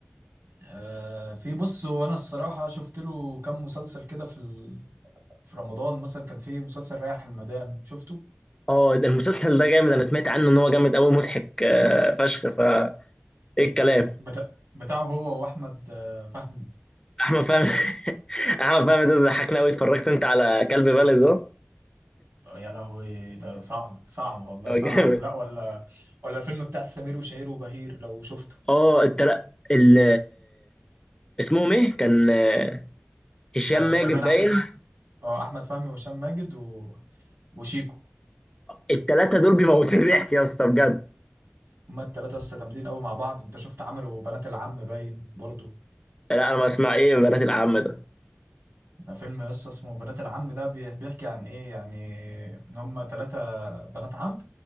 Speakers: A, on the right; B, on the left.
A: آه، في بص وانا الصراحة شفت له كام مسلسل كده في ال... في رمضان مثلا كان في مسلسل رايح المدام شفته
B: اه ده المسلسل ده جامد انا سمعت عنه ان هو جامد قوي مضحك آه، فشخ فا ايه الكلام
A: بتاع بتاعه هو واحمد آه، فهمي
B: احمد فهمي <laughs> احمد فهمي ده ضحكنا قوي اتفرجت انت على كلب بلد ده
A: يا لهوي ده صعب صعب والله
B: هو
A: صعب
B: جامد
A: لا ولا ولا الفيلم بتاع سمير وشهير وبهير لو شفته
B: اه التل... ال اسمهم ايه كان آه، هشام
A: آه،
B: ماجد
A: تقريبا
B: باين
A: احمد آه، احمد فهمي وهشام ماجد و... وشيكو
B: التلاتة دول بيموتوا ضحك يا اسطى بجد
A: هما التلاتة لسه جامدين قوي مع بعض انت شفت عملوا بنات العم باين برضو
B: لا انا ما اسمع ايه بنات العم ده
A: ده فيلم لسه اسمه بنات العم ده بي- بيحكي عن ايه يعني ان هما تلاتة بنات عم